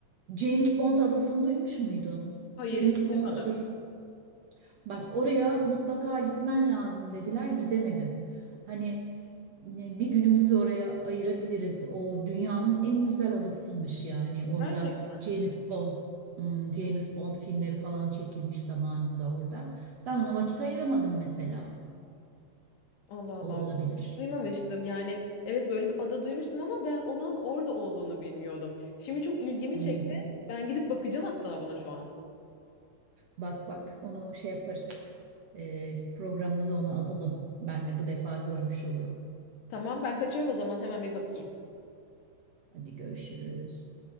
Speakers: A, on the right; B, on the left.
A: James Bond adasını duymuş muydun?
B: Hayır
A: James
B: hiç
A: Bond
B: duymadım.
A: adası. Bak oraya mutlaka gitmen lazım dediler. Gidemedim. Hani e, bir günümüzü oraya ayırabiliriz. O dünyanın en güzel adasıymış yani. Orada
B: Gerçekten.
A: James Bond, hmm, James Bond filmleri falan çekilmiş zamanında orada. Ben ona vakit ayıramadım mesela.
B: Allah Allah.
A: O olabilir.
B: Hiç duymamıştım. Yani evet böyle bir ada duymuştum ama ben onun orada olduğunu bilmiyordum. Şimdi çok ilgimi
A: Hı
B: çekti.
A: hı.
B: Ben gidip bakacağım hatta buna şu an.
A: Bak bak onu şey yaparız. E, programımıza onu alalım. Ben de bu defa görmüş olurum.
B: Tamam ben kaçıyorum o zaman hemen bir bakayım.
A: Hadi görüşürüz.